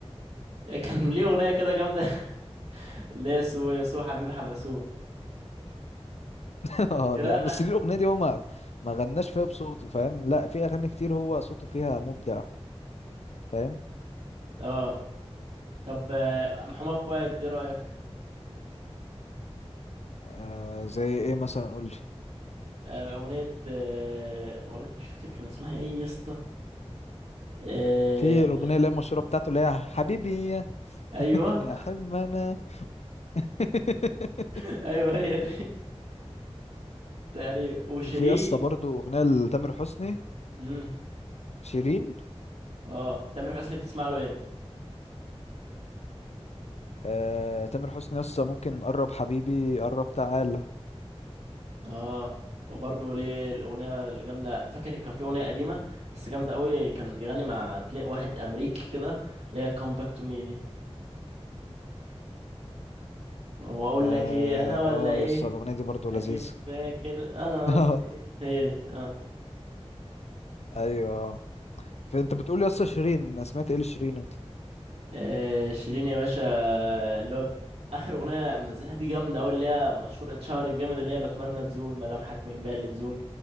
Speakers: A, on the right (about 75°); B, on the left (about 80°).
A: <laughs> كان ليه اغنيه كده جامده <laughs> اللي هي سو يا سو حبيبي حبسو
B: <laughs> اه
A: كده
B: لا بس
A: <laughs>
B: ليه الأغنية دي هو ما ما غناش فيها بصوته فاهم لا في أغاني كتير هو صوته فيها مبدع فاهم
A: اه طب آه، محمد فؤاد ايه رايك
B: آه زي إيه مثلا قولي
A: آه، اغنيه آه، والله مش فاكر كان اسمها ايه يا اسطى آه،
B: في الأغنية اللي هي المشهورة بتاعته اللي هي حبيبي يا
A: ايوه
B: <laughs> يا حلم أنا <laughs>
A: <laughs> ايوه هي دي <laughs> تقريبا وشريط
B: وفي يا اسطى برضه أغنية لتامر حسني
A: امم
B: شيرين
A: اه تامر حسني بتسمع له ايه
B: آه تامر حسني يا اسطى ممكن قرب حبيبي قرب تعالى
A: اه وبرضه ليه الاغنيه الجامده فاكر كان في اغنيه قديمه بس جامده قوي كان بيغني مع اتنين واحد امريكي كده اللي هي كم باك تو مي دي واقول
B: اه
A: لك ايه انا
B: آه،
A: ولا ايه
B: يس الاغنيه دي برضو
A: اكيد
B: لذيذه
A: فاكر انا
B: <laughs> اه
A: قصدي ايه هي دي اه
B: ايوه فانت بتقول يس شيرين أنا سمعت ايه لشيرين انت
A: آه، شيرين يا باشا اللي هو ب- اخر اغنيه منزلها دي جامده قوي اللي هي مشهوره اتشهر الجامد اللي هي بتمنى تزول ملامحك من بالي تزول